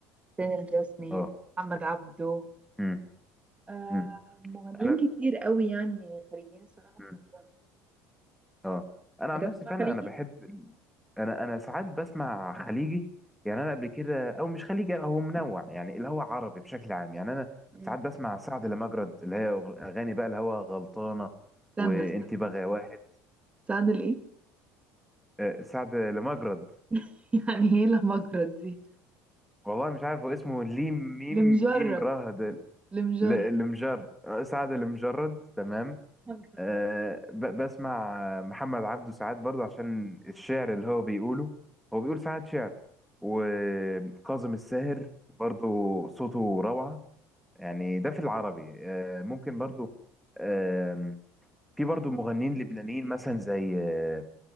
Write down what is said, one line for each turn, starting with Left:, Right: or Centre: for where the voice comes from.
Right: حسين الجسمي
Centre: اه
Right: محمد عبده
Centre: امم
Right: آه
Centre: امم
Right: مغنيين
Centre: انا
Right: كتير قوي يعني خارجيين الصراحه
Centre: امم
Right: بحبهم
Centre: اه انا عن
Right: انت
Centre: نفسي
Right: بتسمع
Centre: فعلا
Right: خليجي؟
Centre: انا بحب انا انا ساعات بسمع خليجي يعني انا قبل كده او مش خليجي هو منوع يعني اللي هو عربي بشكل عام يعني انا
Right: مم.
Centre: ساعات بسمع سعد لمجرد اللي هي أغ- اغاني بقى اللي هو غلطانه وانت
Right: استنى استنى
Centre: بغى واحد
Right: استنى لإيه؟
Centre: آه، سعد لمجرد
Right: <laughs> يعني ايه لمجرد دي
Centre: والله مش عارف هو اسمه ليم ميم
Right: لمجرد
Centre: جيم راه ده
Right: لمجرد
Centre: ل- المجر آه، سعد المجرد تمام
Right: مجرد
Centre: أه ب- بسمع محمد عبده ساعات برضه عشان الشعر اللي هو بيقوله هو بيقول ساعات شعر وكاظم الساهر برضه صوته روعة يعني ده في العربي أه ممكن برضه أه في برضه مغنيين لبنانيين مثلا زي أه